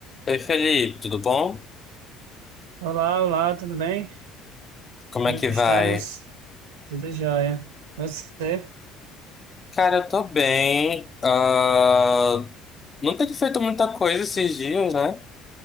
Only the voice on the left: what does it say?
ei Felipe, tudo bom?
Como
é que
vai?
Cara, eu tô bem. Ah, não tenho feito muita coisa esses dias, né?